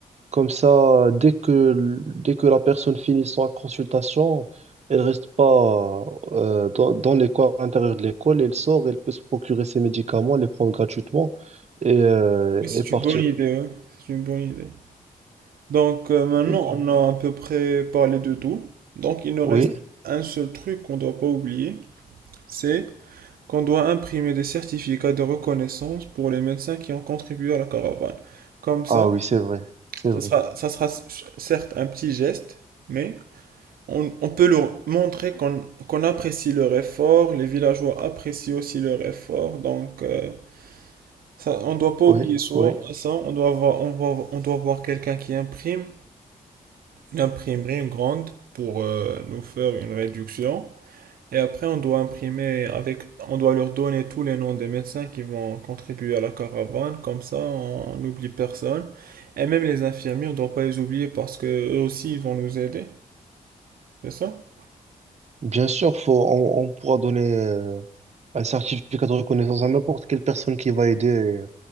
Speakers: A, on the right; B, on the right.
A: Comme ça, dès que, dès que la personne finit sa consultation, elle reste pas euh, dans, dans l'école, à l'intérieur de l'école, elle sort, elle peut se procurer ses médicaments, les prendre gratuitement et, euh,
B: mais c'est
A: et partir.
B: une bonne idée, ouais. C'est une bonne idée. Donc euh, maintenant,
A: C'est cool.
B: on a à peu près parlé de tout. Donc il nous
A: Oui,
B: reste un seul truc qu'on ne doit pas oublier, c'est qu'on doit imprimer des certificats de reconnaissance pour les médecins qui ont contribué à la caravane. Comme ça,
A: ah oui, c'est vrai, c'est vrai.
B: ça sera, ça sera certes un petit geste, mais On, on peut leur montrer qu'on qu'on apprécie leur effort, les villageois apprécient aussi leur effort, donc euh, ça, on doit pas
A: Oui,
B: oublier ça,
A: oui.
B: ça, on doit avoir, on doit, on doit avoir quelqu'un qui imprime, une imprimerie grande pour euh, nous faire une réduction, et après on doit imprimer avec, on doit leur donner tous les noms des médecins qui vont contribuer à la caravane, comme ça on n'oublie personne, et même les infirmiers, on doit pas les oublier parce que eux aussi ils vont nous aider, c'est ça?
A: Bien sûr, faut, on, on pourra donner euh, un certificat de reconnaissance à n'importe quelle personne qui va aider